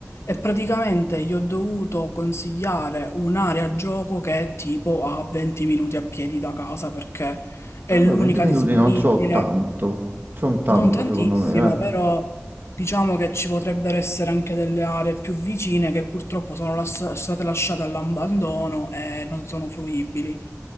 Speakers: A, on the left (about 75°); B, on the right (about 50°).
A: E praticamente gli ho dovuto consigliare un'area gioco che è tipo a 20 minuti a piedi da casa perché è
B: Ah,
A: l'unica
B: beh, 20 minuti
A: disponibile.
B: non so tanto, sono tanto
A: Non tantissimo,
B: secondo me, eh.
A: però diciamo che ci potrebbero essere anche delle aree più vicine che purtroppo sono las- state lasciate all'abbandono e non sono fruibili.